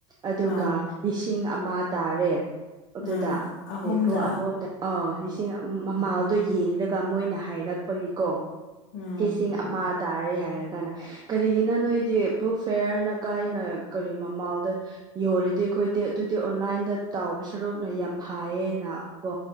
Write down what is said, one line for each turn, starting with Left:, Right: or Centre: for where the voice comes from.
Right: ꯑꯗꯨꯒ
Left: ꯑꯥ
Right: ꯂꯤꯁꯤꯡ ꯑꯃ ꯇꯥꯔꯦ ꯑꯗꯨꯗ
Left: ꯑꯥ ꯑꯍꯨꯝꯗ
Right: <unintelligible> <unintelligible> ꯑꯥ ꯂꯤꯁꯤꯡ ꯃꯃꯜꯗꯣ
Left: ꯑꯥ
Right: ꯌꯦꯡꯂꯒ ꯃꯣꯏꯅ ꯍꯥꯏꯔꯛꯄꯒꯤꯀꯣ
Left: ꯎꯝ
Right: ꯂꯤꯁꯤꯡ ꯑꯃ ꯇꯥꯔꯦ ꯍꯥꯏꯔꯀꯥꯟꯗ ꯀꯔꯤ ꯀꯔꯤꯒꯤꯅꯣ ꯅꯣꯏꯗꯤ ꯕꯨꯛ ꯐꯤꯌꯥꯔꯅ ꯀꯥꯏꯅ ꯀꯔꯤ ꯃꯃꯜꯗꯣ ꯌꯣꯜꯂꯤꯗꯤ ꯑꯩꯈꯣꯏꯗꯤ ꯑꯗꯨꯗꯤ ꯑꯣꯟꯂꯥꯏꯟꯗ ꯇꯥꯎꯕ ꯁꯔꯨꯛꯅ ꯌꯥꯝ ꯐꯥꯏꯌꯦꯅ ꯀꯣ